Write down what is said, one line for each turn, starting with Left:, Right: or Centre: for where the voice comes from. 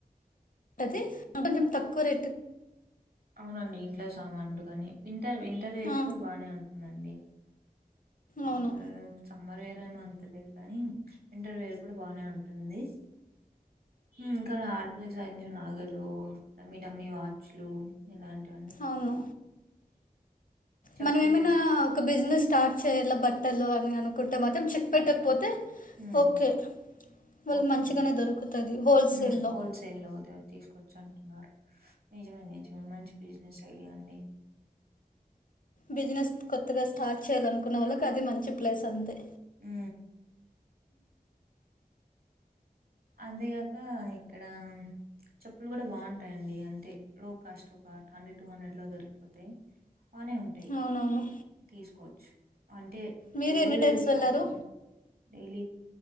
Left: అతే కొంచెం తక్కువ రేటు
Right: అవునండి ఇంట్లో సామానులు కాని వింటర్ వింటర్ వేర్
Left: ఆ,
Right: కూడా బాగానే ఉంటుందండి వింటర్
Left: అవును
Right: సమ్మర్ వే అంత లేదు కానీ వింటర్ వేర్ కూడా బానే ఉంటుంది ఇంకా ఆడపిల్లే సంబదించిన నాగలు డమ్మి డమ్మి వాచ్లు ఇలాంటివి
Left: అవును
Right: చెప్పులు
Left: మనం ఏమైనా ఒక బిజినెస్ స్టార్ట్ చేయాలి బట్టలు అని అనుకుంటే మాత్రం చిద్పేట కు పోతే
Right: ఉమ్
Left: ఓకే వాళ్ళకి
Right: ఓకే
Left: మంచిగానే దొరుకుతుంది హోల్సేల్లో
Right: హు హోల్సేల్ లో ఓదార తీసుకవచ్చు అంటున్నారు నిజమే ఎంజీవ మంచి బిజినస్ అండి
Left: బిజినెస్ కొత్తగా స్టార్ట్ చేయాలనుకున్నా వాళ్ళకి అది మంచి ప్లేస్ అంతే
Right: ఉ అంతేగాక ఇక్కడ చెప్పులు కూడా బాగుంటాయండి అంతే లో కాస్ట్ కాట్ హండ్రెడ్ టూ హండ్రెడ్ లో దొరికిపోతాయి అన్నే ఉంటాయి.
Left: అవునవును
Right: తీసుకోవచ్చు అంటే
Left: మీరు
Right: డైలీ
Left: ఎన్ని
Right: వేర్
Left: టైమ్స్ వెళ్ళారు
Right: కాకుండా డైలీ